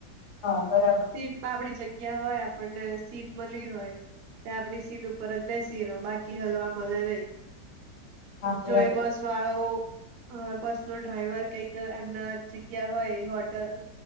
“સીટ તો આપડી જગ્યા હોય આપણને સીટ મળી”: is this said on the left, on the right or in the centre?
Right